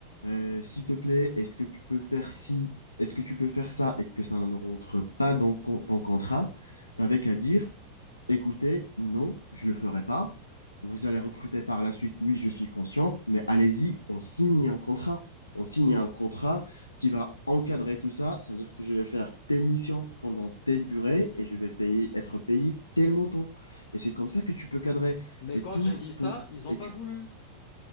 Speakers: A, on the left (about 80°); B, on the left (about 50°).
A: euh, s'il te plaît, est-ce que tu peux faire ci, est-ce que tu peux faire ça, et que ça ne rentre pas dans con- ton contrat, t'avais qu'à dire, écoutez, non, je ne le ferai pas. Vous allez recruter par la suite, oui, je suis conscient, mais allez-y, on signe un contrat. On signe un contrat qui va encadrer tout ça. Ça veut dire que je vais faire telle mission pendant telle durée et je vais payer, être payé tel montant. Et c'est comme ça que tu peux cadrer.
B: Mais
A: Et
B: quand
A: tout,
B: j'ai dit ça,
A: ton-
B: ils n'ont
A: et
B: pas
A: tu,
B: voulu.